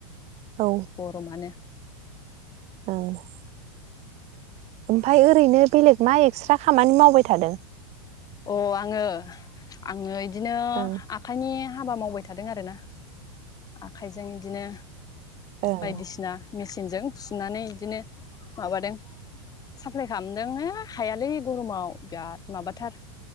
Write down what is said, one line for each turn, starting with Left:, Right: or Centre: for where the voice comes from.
Right: औ
Left: गरमानो
Right: औ ओमफ्राय ओरैनो बेलेग मा एक्सट्रा खामानि मावबाय थादों
Left: अ आङो आङो बिदिनो
Right: ओं
Left: आखाइनि हाबा मावबाय थादों आरोना आखाइजों बिदिनो
Right: ओं
Left: बायदिसिना मेचिनजों सुनानै बिदिनो माबादों साप्लाय खालामदों हो हायालै गरमाव बिराद माबाथार